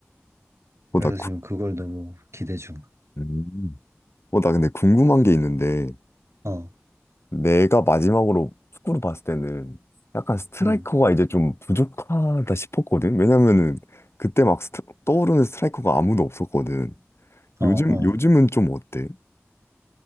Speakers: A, on the left (about 65°); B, on the right (about 80°).
A: 어,
B: 그래서
A: 나,
B: 지금
A: 구,
B: 그걸 너무 기대 중.
A: 음. 어, 나 근데 궁금한 게 있는데,
B: 어,
A: 내가 마지막으로 축구를 봤을 때는 약간 스트라이커가
B: 응,
A: 이제 좀 부족하다 싶었거든? 왜냐면은, 그때 막 스트- 떠오르는 스트라이커가 아무도 없었거든.
B: 어,
A: 요즘,
B: 어.
A: 요즘은 좀 어때?